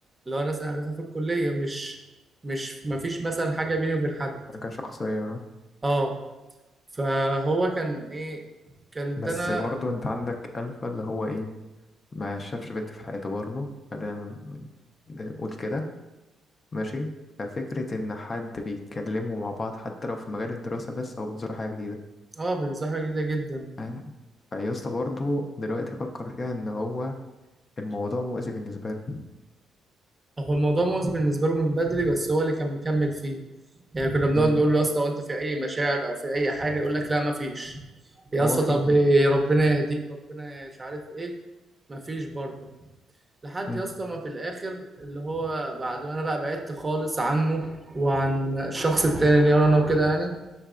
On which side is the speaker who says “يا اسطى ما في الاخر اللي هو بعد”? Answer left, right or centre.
Right